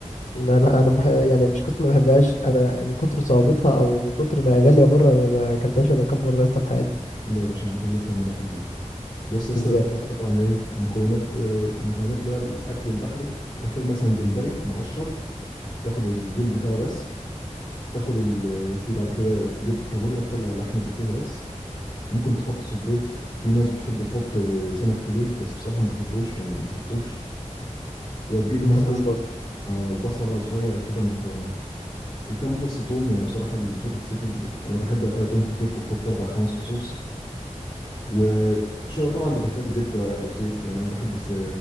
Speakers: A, on the left; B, on the left.
A: انا انا بح... يعني مش قصة ما بحبهاش انا من كتر صعوبتها او من كتر ما هي غاليه بره ما ما اكلتهاش الا كام مره يا اسطى في حياتي
B: لا يا باشا انا هخليك تعملها في البيت بص يا اسطى
A: ازاي
B: هتحتاج طبعا ايه مكونات آه، مكونات اللي هو الاكل البحري تحتاج مثلا جمبري مقشر تاخد الديل بتاعه بس تاخد ال... في بعد كده تجيب كابوريا تطلع اللحم اللي فيها بس ممكن تحط صبيط في ناس بتحب تحط آه، سمك فيليه بس بصراحة ما بحبوش فما بحطوش وهتجيب
A: ما
B: مثلا
A: بحبوش برضه
B: آه، بصلة صغيرة كده مفرومة وكام فص توم يعني بصراحة شوربة السي فود أنا بحب فيها توم كتير فبحط أربع خمس فصوص و شو- طبعا بتحتاج زبدة أو زيت يعني أنا بحب الس-